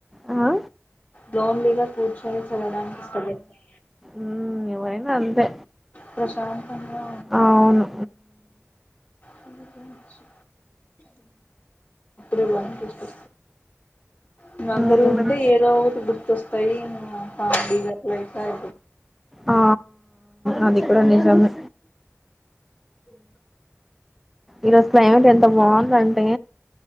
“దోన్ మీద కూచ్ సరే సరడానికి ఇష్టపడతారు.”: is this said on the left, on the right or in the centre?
Left